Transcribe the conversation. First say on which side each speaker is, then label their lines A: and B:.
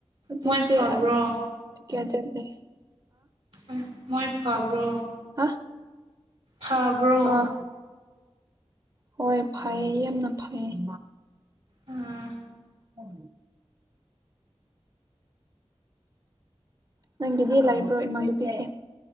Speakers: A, on the right; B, on the right.
A: ꯍꯧꯖꯤꯛꯇꯤ
B: ꯃꯣꯏ ꯐꯕ꯭ꯔꯣ
A: ꯑ ꯇꯨꯒꯦꯗꯔꯅꯦ
B: ꯑꯥ ꯃꯣꯏ ꯐꯕ꯭ꯔꯣ
A: ꯍꯥ
B: ꯐꯕ꯭ꯔꯣ
A: ꯑꯥ ꯍꯣꯏ ꯐꯩꯌꯦ ꯌꯥꯝꯅ ꯐꯩꯌꯦ
B: ꯑꯥ
A: <inaudible> ꯅꯪꯒꯤꯗꯤ ꯂꯩꯕ꯭ꯔꯣ ꯏꯃꯥꯟꯅꯕꯤꯁꯤꯡ